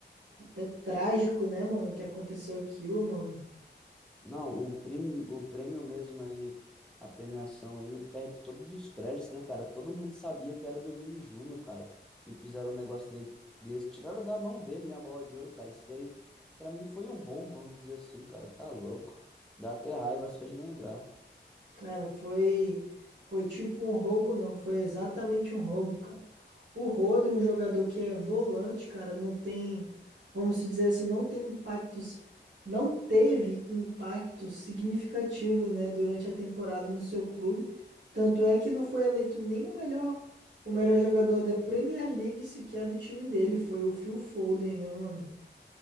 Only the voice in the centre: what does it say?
Não, o, prim, o prêmio mesmo aí, a premiação aí, perde todos os créditos, né, cara? Todo mundo sabia que era do Vini Júnior, cara. E fizeram um negócio dele, desse, tiraram da mão dele, né, a bola de ouro, cara. Isso daí, pra mim, foi um roubo, vamos dizer assim, cara. Tá louco. Dá até raiva <laughs> só de lembrar.